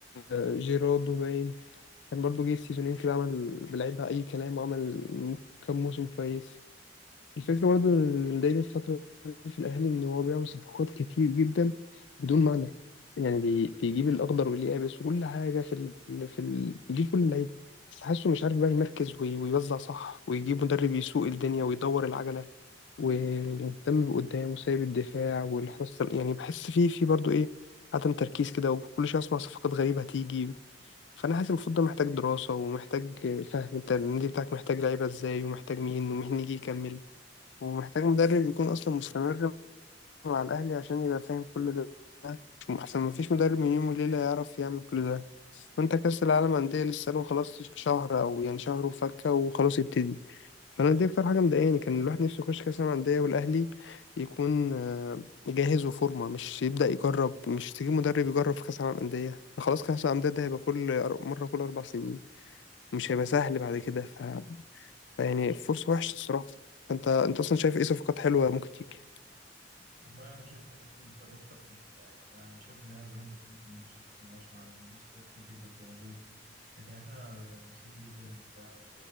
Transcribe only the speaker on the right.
والله انا شايف ان الاهلي محتاج اكتر في الدفاع يعني انا شايف ان احنا زي ما انت بتقول بنجيب صفقات ملهاش معنى بنجيب صفقات كتير جدا في الهجوم لكن احنا ناسيين جدا الدفاع و-